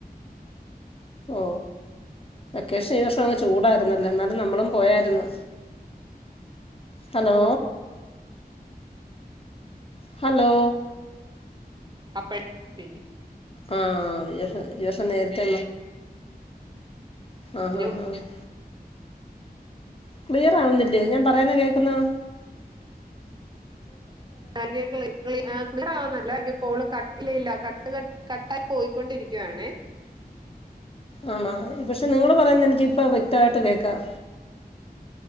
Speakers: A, on the left; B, on the right.
A: ഓ വെക്കേഷൻ ഈ വർഷം അങ്ങ് ചൂടായിരുന്നല്ലോ? എന്നാലും നമ്മളും പോയാരുന്നു. ഹലോ ഹലോ
B: അപ്പഴ് പിന്നെ
A: ആ യെസ് ഈ വർഷം നേരത്തേ ആ
B: അറിഞ്ഞു
A: ഹ ഹഹ ക്ലിയറാവുന്നില്ലേ? ഞാൻ പറയുന്നകേക്കുന്നോ?
B: ആ കേൾക്കണു ആ ക്ലിയറാവണില്ല. ഈ കോള് കട്ട് ഇല്ല ഇല്ല കട്ട് ക കട്ടായി പോയിക്കൊണ്ടിരിക്കുവാണേ.
A: ആണോ പക്ഷെ നിങ്ങള് പറയുന്ന എനിക്ക് ഇപ്പ വ്യക്തായിട്ട് കേക്കാം.